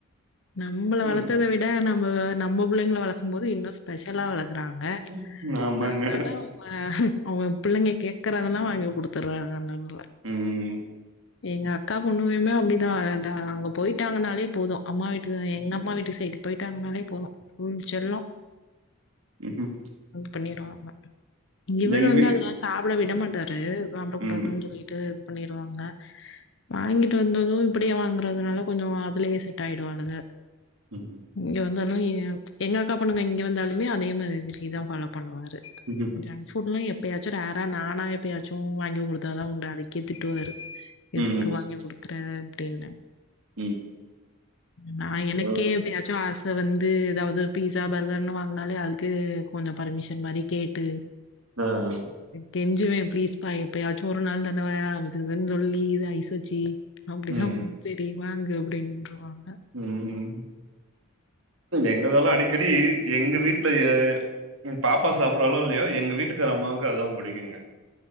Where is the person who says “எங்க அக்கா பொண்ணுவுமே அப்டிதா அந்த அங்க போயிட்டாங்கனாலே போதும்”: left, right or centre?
Left